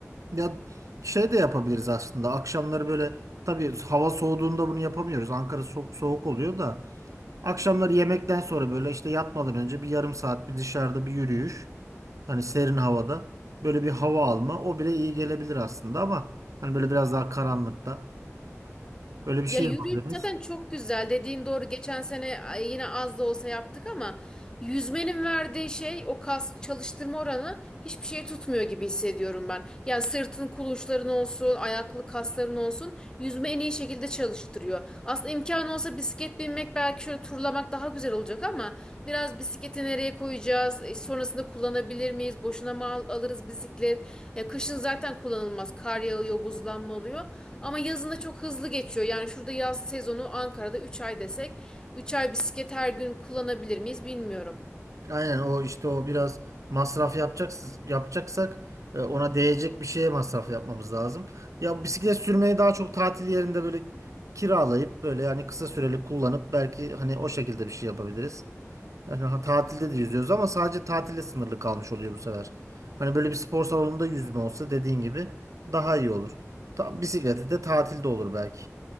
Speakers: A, on the right (about 90°); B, on the left (about 15°).
A: ya şey de yapabiliriz aslında. Akşamları böyle tabii hava soğuduğunda bunu yapamıyoruz. Ankara soğuk soğuk oluyor da akşamları yemekten sonra böyle işte yatmadan önce bir yarım saat bir dışarıda bir yürüyüş. Hani serin havada böyle bir hava alma o bile iyi gelebilir aslında ama hani böyle biraz daha karanlıkta öyle bir şey
B: Ya yürüyüş
A: yapabiliriz.
B: zaten çok güzel. Dediğin doğru. Geçen sene ay, yine az da olsa yaptık ama yüzmenin verdiği şey o kas çalıştırma oranı hiçbir şey tutmuyor gibi hissediyorum ben. Yani sırtın kulunçların olsun, ayaklı kasların olsun yüzme en iyi şekilde çalıştırıyor. Aslında imkanı olsa bisiklet binmek belki şöyle turlamak daha güzel olacak ama biraz bisikleti nereye koyacağız? E, sonrasında kullanabilir miyiz? Boşuna mı al- alırız bisiklet? E, kışın zaten kullanılmaz. Kar yağıyor, buzlanma oluyor. Ama yazında çok hızlı geçiyor. Yani şurada yaz sezonu Ankara'da 3 ay desek 3 ay bisiklet her gün kullanabilir miyiz bilmiyorum.
A: Aynen o işte o biraz masraf yapacaksız yapacaksak e, ona değecek bir şeye masraf yapmamız lazım. Ya bisiklet sürmeyi daha çok tatil yerinde böyle kiralayıp böyle yani kısa süreli kullanıp belki hani o şekilde bir şey yapabiliriz. Yani ha- tatilde de yüzüyoruz ama sadece tatile sınırlı kalmış oluyor bu sefer. Hani böyle bir spor salonunda yüzme olsa dediğin gibi daha iyi olur. Ta bisikleti de tatilde olur belki.